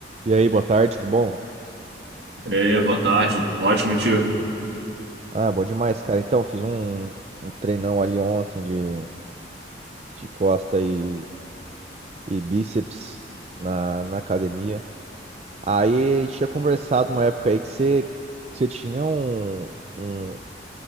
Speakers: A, on the right; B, on the right.
A: E aí, boa tarde, tudo bom?
B: É, boa tarde. Ótimo, tio.
A: Ah, bom demais, cara. Então, fiz um, um treinão ali ontem de, de costa e, e bíceps na, na academia. Aí a gente tinha conversado uma época aí que você, que você tinha um, um,